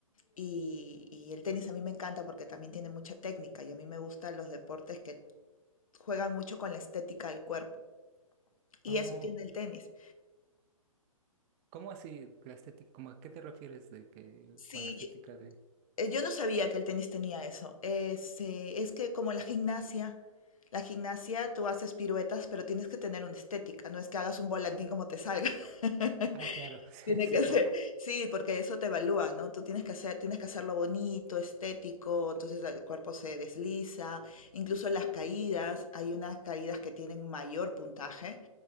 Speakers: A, on the left; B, on the right.
A: y, y el tenis a mí me encanta porque también tiene mucha técnica y a mí me gustan los deportes que juegan mucho con la estética del cuerpo. Y
B: oh.
A: eso tiene Mm. el tenis.
B: ¿Cómo así la estética? ¿Cómo a qué te refieres de que
A: Sí,
B: con la estética de...
A: Eh, Yo no sabía que el tenis tenía eso. Es, eh, es que como la gimnasia, la gimnasia tú haces piruetas, pero tienes que tener una estética, no es que hagas un volantín como te salga. <laughs>
B: Ah, claro, <laughs> sí,
A: Tiene
B: sí,
A: que
B: sí.
A: ser, <laughs> sí, porque eso te evalúan, ¿no? Tú tienes que hacer, tienes que hacerlo bonito, estético, entonces el cuerpo se desliza, incluso las caídas, hay unas caídas que tienen mayor puntaje